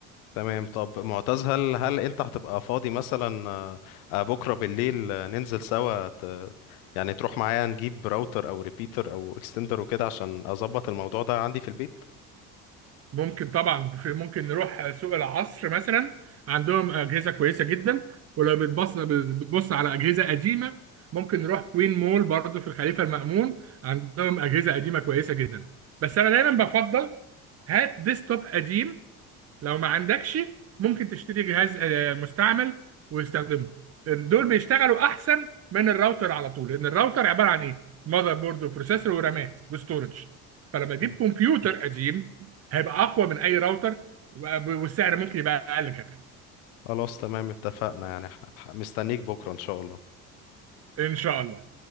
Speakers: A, on the left; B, on the right.
A: تمام طب معتز هل هل انت هتبقى فاضي مثلا آه، آه، بكرة بالليل آه، ننزل سوا ت... يعني تروح معايا نجيب راوتر او ريبيتر او اكستندر وكده عشان اظبط الموضوع ده عندي في البيت
B: ممكن طبعا في ممكن نروح سوق العصر مثلا عندهم اجهزه كويسه جدا ولو بتبص بتبص على اجهزه قديمه ممكن نروح كوين مول برضو في الخليفه المأمون عندهم اجهزه قديمه كويسه جدا بس انا دايما بفضل هات ديسكتوب قديم لو ما عندكش ممكن تشتري جهاز آه، مستعمل وتستخدمه دول بيشتغلوا احسن من الراوتر على طول لان الراوتر عباره عن ايه ماذر بورد وبروسيسور ورامات وستورج فلما
A: مم.
B: تجيب كمبيوتر قديم هيبقى اقوى من اي راوتر و- والسعر ممكن يبقى اقل كمان
A: خلاص تمام اتفقنا يعني ح- ح- مستنيك بكرة ان شاء الله
B: ان شاء الله